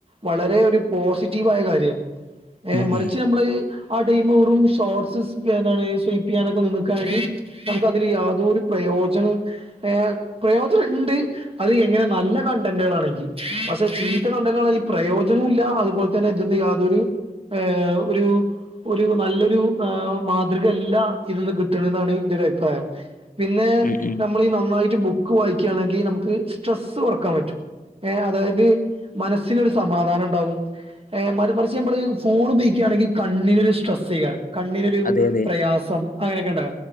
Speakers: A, on the right (about 35°); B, on the left (about 60°).
A: വളരെ ഒരു പോസിറ്റീവയ കാര്യം. ഏ
B: ഉം
A: മറിച്ച്
B: ഉം
A: നമ്മളെയി.. ആ, ടൈം വെറും ഷോർട്സ് സ്പ്. സ്വീപ്പ് ചെയ്യാനൊക്കെ നികയാണെങ്കിൽ. നമുക്ക് അതില് യാതൊരു പ്രയോജനം. ഏ പ്രയോജനണ്ട്. അത് എങ്ങനെ നല്ല കണ്ടന്റുകളാ ണെങ്കി. പഷേ ചീത്ത കണ്ടെന്റെനെങ്കി പ്രയോജനൊല്ല. അതുപോൽ തന്നെ ഇതിന്ന്. യാതൊരു. ഹേ. ഹേ ഒരു. ഒരു നല്ലൊരു. ഹ്. ആ. മാതൃകയല്ല ഇതിന്ന് കിട്ടണന്നാണ്. ന്റെരു അഭിപ്രായം. പിന്നെ
B: ഉം ഉം
A: നമ്മളീ നന്നായിട്ട് ബുക്ക് വായിക്യണെങ്കി. നമുക്ക് സ്ട്രെസ്സ് കൊറക്കാൻ പറ്റും.. ഏ. അതായത് മനസ്സിനൊരു. സമാധാനണ്ടാവും. ഏ. മറി. മറിച്ച് നമ്മള് ഫോൺ ഉപയോക്യണെങ്കി കണ്ണിനൊരു. സ്ട്രെസ്യ് കാരം. കണ്ണിനൊരു
B: അതെ അതെ
A: പ്രയാസം അങ്ങനെയൊക്കെണ്ടാവ.